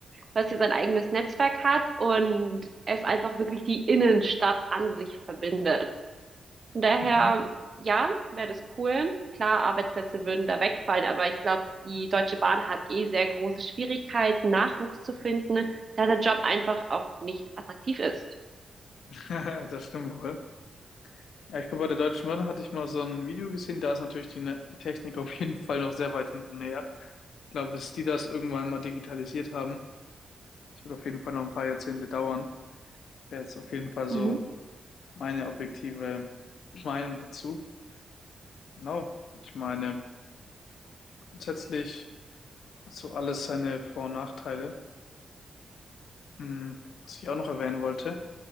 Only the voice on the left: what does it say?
Mhm.
<laughs> Das stimmt wohl. Ja, ich glaube, bei der Deutschen Bahn hatte ich mal so ein Video gesehen, da ist natürlich die, Ne- die Technik auf jeden Fall noch sehr weit hinten her. Ich glaube, bis die das irgendwann mal digitalisiert haben, das wird auf jeden Fall noch ein paar Jahrzehnte dauern. Wäre jetzt auf jeden Fall so
meine objektive Meinung dazu. Genau. Ich meine, grundsätzlich hat so alles seine Vor- und Nachteile. Hm, was ich auch noch erwähnen wollte,